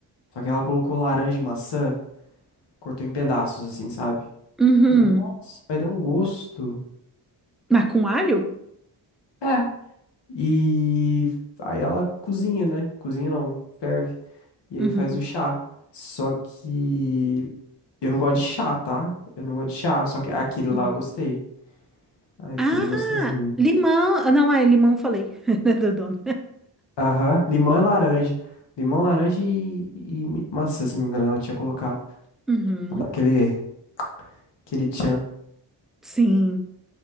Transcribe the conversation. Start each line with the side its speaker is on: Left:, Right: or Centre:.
Left: Só que ela colocou laranja e maçã. Cortou em pedaços, assim, sabe?
Centre: uhum.
Left: Nossa, mas dá um gosto.
Centre: Mas com alho?
Left: É. E aí ela cozinha, né? Cozinha não, ferve. E
Centre: Uhum,
Left: aí faz o chá. Só que eu não gosto de chá, tá? Eu não gosto de chá, só que aquele lá
Centre: uhum.
Left: eu gostei. Aí
Centre: Ah,
Left: ficou bem gostosinho.
Centre: limão. Ah, Não, é limão, falei. <laughs> Do dono.
Left: Aham, Limão e laranja. Limão, laranja e, e mi- maçã, se não me engano, ela tinha colocado.
Centre: Uhum,
Left: Pra dar aquele, aquele tchan.
Centre: sim,